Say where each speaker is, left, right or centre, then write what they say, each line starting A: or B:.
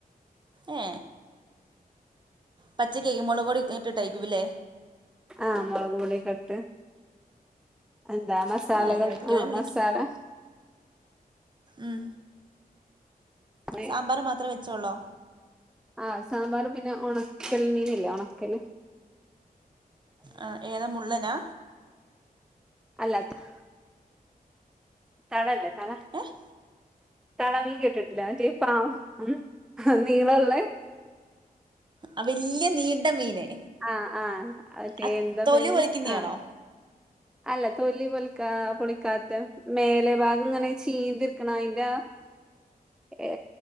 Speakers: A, on the right; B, in the centre.
A: ഏ പച്ചക്ക് മുളകൊടി ഇട്ടിട്ട് കയ്യിക്കുലേ
B: ആ മൊളക് പൊടി ഒക്കെ ഇട്ട് എന്താ മസാലകൾ
A: ആ അല്ല മിക്കവരും
B: ആ മസാല.
A: ഉം
B: അങ്ങനെ
A: സാമ്പാർ മാത്ര വെച്ചോള്ളാ
B: ആ സാമ്പാറും പിന്നെ ഒണക്കൽ മീന് ല്ലേ ഒണക്കല്
A: ആ ഏതാ മുള്ളനാ
B: അല്ല <unintelligible> തള ല്ലേ തള
A: ഏഹ്
B: തളമീ കെട്ടിട്ടില്ല മറ്റേ പ ഉം ഹ നീളള്ളെ
A: അ വല്യ നീണ്ട മീന്
B: ആ ആ മന്റ
A: ആ
B: എന്താപ
A: തൊലി
B: അയ്ന്
A: പൊളിക്കുന്നയാണോ
B: ആ അല്ല തോലി പൊലിക്കാ പൊളിക്കാ മേലെ ഭാഗം ങ്ങനെ ചീതിർക്കണ അയിന്റെ ആ ഏ